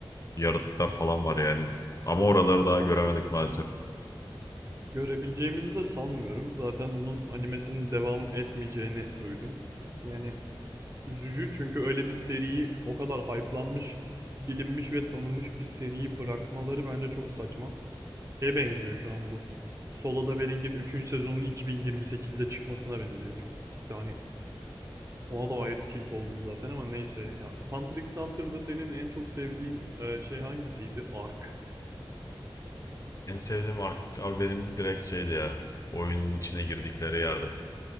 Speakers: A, on the left; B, on the right.
A: Yaratıklar falan var yani. Ama oraları daha göremedik maalesef.
B: Görebileceğimizi de sanmıyorum. Zaten onun animesinin devam etmeyeceğini duydum. Yani üzücü çünkü öyle bir seriyi o kadar hype'lanmış, bilinmiş ve tanınmış bir seriyi bırakmaları bence çok saçma. Şeye benziyor şu an bu. Solo Leveling'in üçüncü sezonunun 2028'de çıkmasına benziyor. Çok yani Ona da ayrı tilt oldum zaten ama neyse. Ya, Hunter x Hunter'da senin en çok sevdiğin e, şey hangisiydi? Ark.
A: En sevdiğim ark abi benim direkt şeydi ya. Oyunun içine girdikleri yerde.